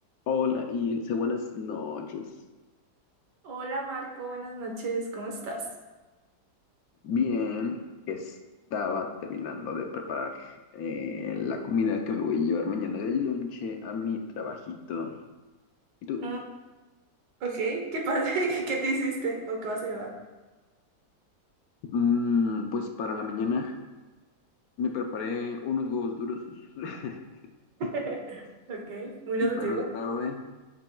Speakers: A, on the left; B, on the right.
A: Hola, Ilse, buenas noches.
B: Hola Marco, buenas noches, ¿cómo estás?
A: Bien, estaba terminando de preparar eh, la comida que me voy a llevar mañana del lonche a mi trabajito. ¿Y tú?
B: Mm, <laughs> ok, qué padre, <laughs> ¿qué te hiciste o qué vas a llevar?
A: Mm, pues para la mañana me preparé unos huevos duros <laughs>
B: <laughs> Ok, muy
A: y
B: nutritivo.
A: para la tarde